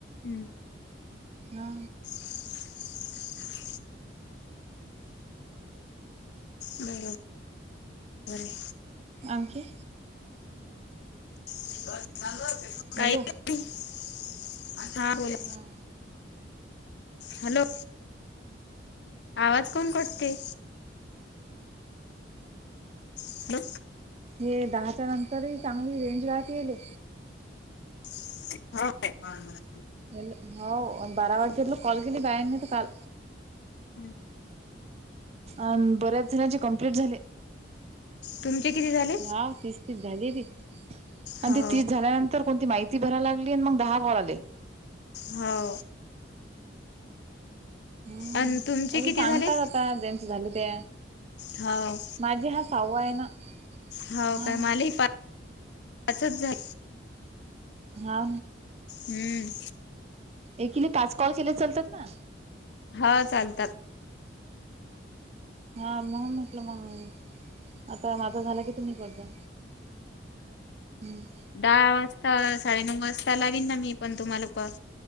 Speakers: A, on the left; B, on the right.
A: हम्म.
B: हा.
A: <inaudible> बरो बर हाय.
B: आणखी?
A: <unintelligible> हा
B: हॅलो
A: बोला.
B: हा
A: हॅलो, आवाज का म्हणून कटते? हॅलो
B: हे दहाच्या नंतरही चांगली रेंज राहते येले.
A: <unintelligible>
B: हल हो आणि बारा वाजेतलं कॉल केली बायांनी तर काल
A: हम्म.
B: अ बऱ्याच जणांची कंप्लीट झाले.
A: तुमचे किती झाले?
B: हा तिस ती झाली की आणि
A: हो
B: ती तीस झाल्यानंतर कोणती माहित ती भराय लागली आणि मग दहा कॉल आले.
A: हो.
B: हम्म
A: आणि तुमचे
B: तसे
A: किती
B: सांगतात
A: झाले?
B: आता ज्यांच झालं ते.
A: हाव.
B: माझे हा सहावा आहे ना.
A: हो
B: हा
A: काय? मलाही पा पाचच झाल.
B: हा.
A: हम्म.
B: एकीले पाच कॉल केले चालतात ना?
A: हा चालतात.
B: हा मणून म्हटलं मग, आता माझ झालं की तुम्ही करत जा. हम्म.
A: दहा वाजता, साडेनऊ वाजता लावीन ना मी पण तुम्हाला कॉल.